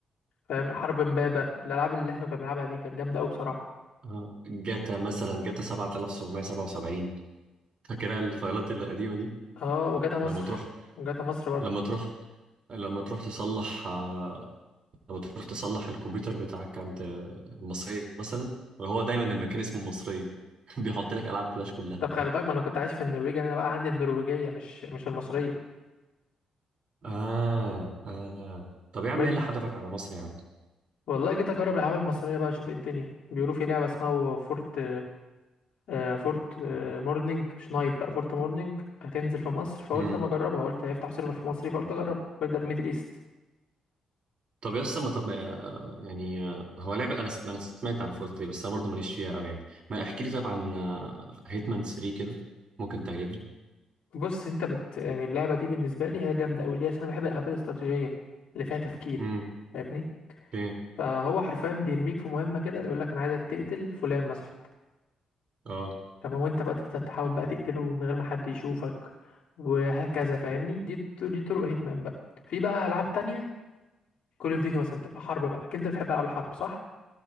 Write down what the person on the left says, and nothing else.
فاهم حرب امبابه الالعاب اللي احنا كنا بنلعبها دي كانت جامده قوي بصراحه
اه وجاتا مصر
وجاتا مصر برضو
طب خلي بالك ما انا كنت عايش في النرويج انا بقى عندي النرويجيه مش مش المصريه
بنت
والله جيت اجرب الالعاب المصريه بقى اشوف ايه الدنيا بيقولوا في لعبه اسمها فورت آه، فورت آه، مورنينج مش نايت بقى فورت مورنينج هتنزل في مصر فقلت
اما اجربها قلت هيفتحوا سيرفر في مصر فقلت اجربها فيرجر ميدل ايست
بص انت بت يعني اللعبه دي بالنسبه لي هي جامده قوي ليه عشان انا بحب الالعاب الاستراتيجيه اللي فيها تفكير
فاهمني
فهو حرفيا بيرميك في مهمه كده يقول لك انا عايزك تقتل فلان مثلا
تمام وانت بقى تفضل تحاول بقى تقتله من غير ما حد يشوفك وهكذا فاهمني دي دي طرق هيتمان بقى في بقى العاب تانية كول اوف ديوتي مثلا تبقى حرب بقى انت بتحب العاب الحرب صح